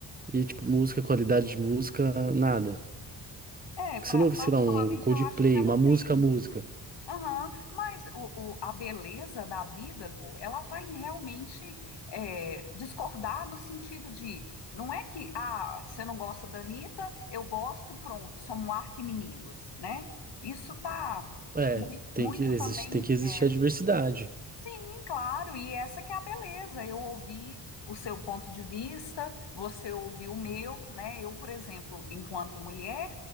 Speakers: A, on the right; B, on the left.
A: e, tipo, música, qualidade de música, nada.
B: É,
A: Porque
B: pra-
A: você não ouve,
B: particularmente
A: sei lá, um Coldplay,
B: eu acho que ela
A: uma música,
B: tem.
A: música.
B: Aham, mas o, o- a beleza da vida, Gu, ela está em realmente é, discordar do sentido de não é que ah, você não gosta da Anitta, eu gosto, pronto, somos arqui-inimigos, né? Isso tá
A: É,
B: muito,
A: tem
B: muito
A: que, existe,
B: também.
A: tem que existir
B: é,
A: a diversidade.
B: sim, claro, e essa que é a beleza. Eu ouvi o seu ponto de vista, você ouviu o meu, né? Eu, por exemplo, enquanto mulher,